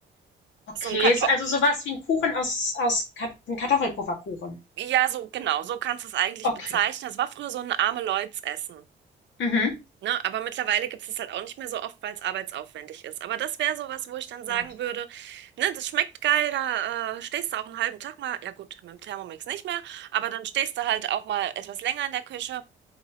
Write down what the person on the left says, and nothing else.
Okay,
ist also so was wie ein Kuchen aus aus Kat 'n Kartoffelpufferkuchen.
Okay.
Mhm.
Ja.